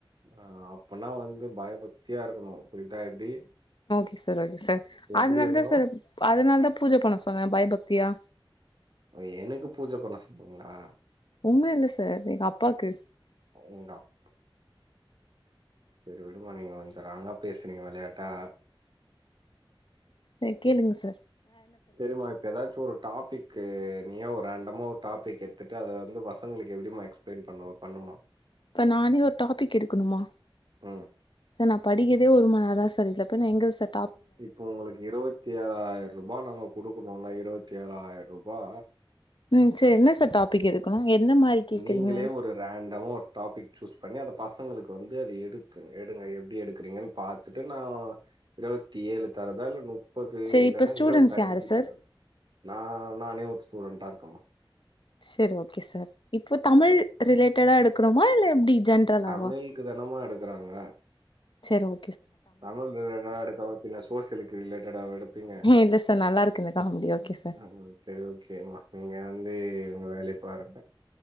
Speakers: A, on the right; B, on the left.
A: ஆ அப்பனா வந்து பயபக் தியா இருக்கனு புரிதா எப்டி
B: சர் ஓகே சர் சர்
A: எப்டி
B: அதனால
A: இருக்கணும்?
B: தா சர் அதனால த‌பூஜ பண்ண சொன்ன பயபக் த்தியா
A: ஓ எனக்கு பூஜ பண்ண சொன்னீங்களா
B: உம்ம இல்ல சர் எங்க அப்பாக்கு
A: உங்க அப்பா சரி விடுமா நீங்க கொஞ்சோ ராங்கா பேசுறீங்க வெளையாட்டா
B: அ கேளுங்க சர்
A: சரிமா இப்ப ஏதாச்சு ஒரு டாப்பிக் கு நீயா ஒரு ரண்டமா ஒரு டாப்பிக் எட்த்துட்டு அத வந்து பசங்களுக்கு எப்டிமா எக்ஸ்பிளேன் பண்ணுவ பண்ணு
B: இப்ப நானே ஒரு டாப்பிக் எடுக்கணுமா
A: ம்.
B: சனப் படிக்கதே ஒரு ம நேர தா சர் இல்ல போய் எங்க சர்
A: இப்ப உங்களுக்கு இருவத்தி ஏழாயிரூபா நாங்க குடுக்கணுல்ல இருபத் தேழாயிரூபா
B: ம் சரி என்ன சர் டாபிக் எடுக்கணு எந்த மாரி கேக்குறீங்க
A: நீங்களே ஒரு ரண்டமா ஒரு டாப்பிக் சூஸ் பண்ணி அத பசங்களுக்கு வந்து அது எடுக்கு எடுங்க எப்படி எடுக்கறீங்கன் பாத்துட்டு நான இருபத்தி ஏழு தரதா இல்ல முப்பது
B: சரி
A: இல்லனா
B: இப்ப ஸ்டூடெண்ட்ஸ்
A: இருவத்தஞ்சு
B: யாரு சார்
A: தரது நா நானே ஒரு ஸ்டூடெண்ட்டா இருக்க‌ம்மா
B: சரி ஓகே சார் இப்போ தமிழ் ரிலேட் டடா எடுக்கணுமா இல்ல எப்டி ஜென்ரலாவா
A: தமிழுக்கு தெனமா எடுக்ககுறாங்க
B: சரி ஓ
A: தமிழ் ரிலேட்டடா எடுக்காம பின்ன சோசியலுக்கு ரிலேட்டடாவா எடுப்பீங்க
B: இல்ல சார் நல்லா இருக்கு இந்த காமெடி ஓகே சார்
A: ம் சரி ஓகேம்மா நீங்க வந்து உங்க வேலைய பாருங்க